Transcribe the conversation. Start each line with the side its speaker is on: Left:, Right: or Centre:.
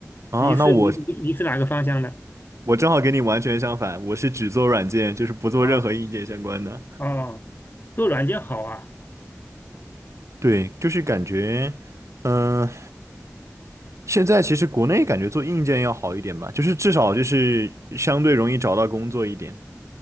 Right: 啊，
Left: 你是你你你是哪个方向的？
Right: 那我我正好跟你完全相反，我是只做软件，就是不做任何硬件相关的。
Left: 啊哦，做软件好啊。
Right: 对，就是感觉。嗯，现在其实国内感觉做硬件要好一点吧，就是至少就是相对容易找到工作一点。